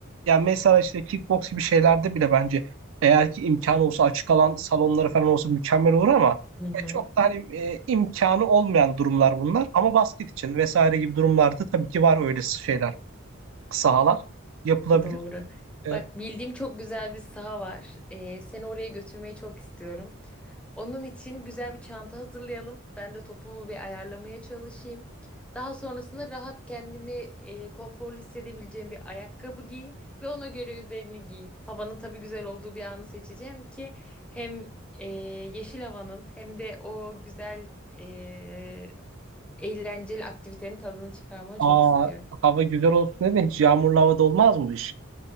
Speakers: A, on the right (about 70°); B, in the centre.
A: yani mesela işte kickbox gibi şeylerde bile bence eğer ki imkanı olsa açık alan salonları falan olsa mükemmel olur ama
B: Hı hı.
A: e, çok da hani e, imkanı olmayan durumlar bunlar. Ama basket için vesaire gibi durumlarda tabii ki var öyle şeyler, sahalar yapılabilir.
B: Doğru.
A: E,
B: Bak bildiğim çok güzel bir saha var. Ee, seni oraya götürmeyi çok istiyorum. Onun için güzel bir çanta hazırlayalım. Ben de topumu bir ayarlamaya çalışayım. Daha sonrasında rahat kendini e, konforlu hissedebileceğin bir ayakkabı giy ve ona göre üzerini giy. Havanın tabii güzel olduğu bir anı seçeceğim ki hem e, yeşil havanın hem de o güzel e, eğlenceli aktivitenin tadını çıkarmanı
A: aa,
B: çok istiyorum.
A: hava güzel olsun dedi hiç yağmurlu havada olmaz mı bu iş?